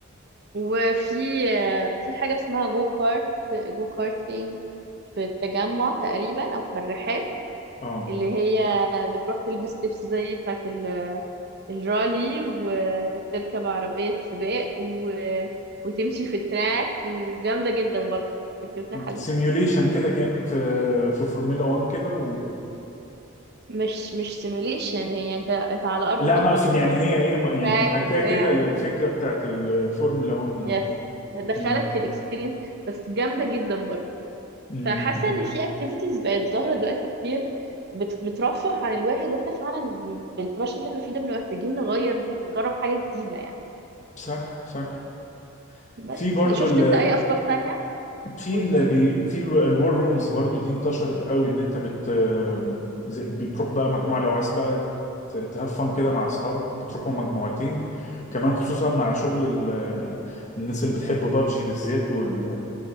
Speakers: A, on the right (about 50°); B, on the left (about 35°).
A: وفي آه، في حاجة اسمها جو كارت جو كارتينج في التجمع تقريبا أو في الرحاب
B: اه
A: اللي هي بتروح تلبس لبس زي بتاعة ال- الرالي وتركب عربية سباق و... وتمشي في التراك وجامدة جدا برضه فكرتها حلوة
B: سيميوليشن كده كأنك في في فورمولا 1 كده و...
A: مش مش سيميوليشن هي انت انت على أرض
B: لا
A: الواقع
B: أنا أقصد
A: انت
B: يعني
A: في
B: هي إيه
A: تراك
B: يعني محاكاة
A: وبتاع
B: كده للفكرة بتاعت الفورمولا 1 يعني
A: يس هتدخلك
B: مم.
A: في الاكسبيرينس بس جامدة جدا برضه
B: مم.
A: فحاسه
B: مم.
A: ان في اكتيفيتيز بقت ظاهره دلوقتي كتير بت- بترفه عن الواحد واحنا فعلا بالبرشر اللي احنا فيه ده بنبقى محتاجين نغير نجرب حاجه جديده يعني
B: صح صح
A: بس
B: في برضو
A: شفت
B: ال-
A: انت اي افكار تانية
B: في
A: قولي
B: ال بي- في ال- الوار رومز برضو دي انتشرت قوي ان انت بت زي- بتروح بقى مجموعه لو عايز بقى ت- تهفن كده مع اصحابك بتروحوا مجموعتين كمان خصوصا مع شغل ال- الناس اللي بتحب بابجي بالذات وال